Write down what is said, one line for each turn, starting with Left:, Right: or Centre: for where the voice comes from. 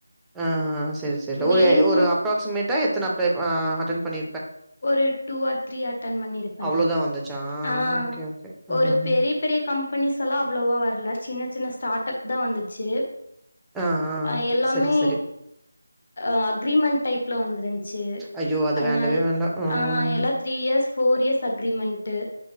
Centre: ஆ சரி சரிடா
Left: மெயின்
Centre: ஒரு ஒரு அப்ராக்சிமேட்டா எத்தனை அப்ளை ஆ அட்டன் பண்ணி
Left: ஒரு டூ ஆர் த்ரீ அட்டன் பண்ணிருப்பே
Centre: அவ்ளோதான் வந்துச்சா?
Left: ஆ
Centre: ஓகே, ஓகே. ஆஹஹ.
Left: ஒரு பெரிப் பெரிய கம்பெனிஸ் எல்லா அவ்வளோவா வர்ல சின்ன சின்ன ஸ்டார்ட் அப் தா வந்துச்சு
Centre: ஆ, ஆ.
Left: அ எல்லாமே
Centre: சரி, சரி.
Left: அ அக்ரிமெண்ட் டைப்ல வந்துருச் சு
Centre: ஐயோ! அது
Left: அதனால
Centre: வேண்டவே வேண்டாம். ம்.
Left: அ எல்லா three years four years agreement